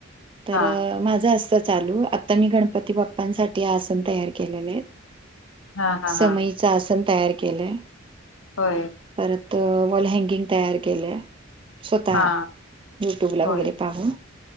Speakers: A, on the right (about 25°); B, on the left (about 75°).
A: तर
B: हा
A: माझं असत चालू. आता मी गणपती बाप्पांसाठी आसन तयार केलेले आहे
B: हा हा
A: समय
B: हा
A: आसन तयार केलंय.
B: होय.
A: परत वॉल हँगिंग तयार केले. स्वतः
B: हा
A: यूट्यूबला
B: होय
A: वगैरे पाहू.